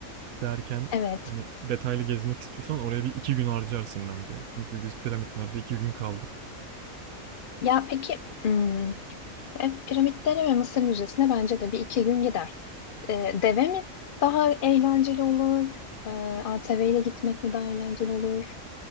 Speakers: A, on the right; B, on the left.
A: derken
B: Evet.
A: hani detaylı gezmek istiyorsan oraya bir iki gün harcarsın bence. Çünkü biz piramitlerde iki gün kaldık.
B: Ya peki hmm, e, piramitlerine ve Mısır Müzesi'ne bence de bir iki gün gider. e, deve mi daha eğlenceli olur? E, ATV ile gitmek mi daha eğlenceli olur?